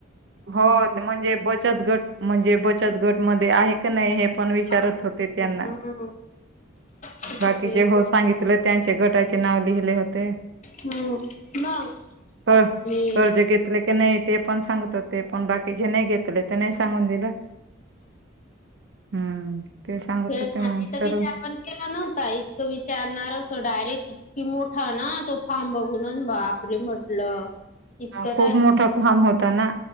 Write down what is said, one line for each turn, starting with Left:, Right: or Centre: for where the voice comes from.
Right: हो म्हणजे बचत गट म्हणजे बचत गट मध्ये आहे क नाही हे पण विचारत
Left: हम्म
Right: होते त्यांना
Left: तसंच
Right: बाकीचे
Left: आहे
Right: हो
Left: ते.
Right: सांगितले त्यांचे गटाचे नाव लिहिले होते.
Left: हम्म मग
Right: क
Left: मी
Right: कर्ज घेतले की नाही ते पण सांगत होते. पण बाकी जे नाही घेतले ते नाही सांगून दिलं, हम्म. ते सांगत
Left: खेळसानवीतर
Right: होते मग सर्व
Left: विचार पण केला नव्हता इतकं विचारणार असो डायरेक्ट कि मोठा ना तो फार्म बघून बापरे म्हटल. इतक
Right: खूप
Left: आहे.
Right: मोठा फॉर्म होता ना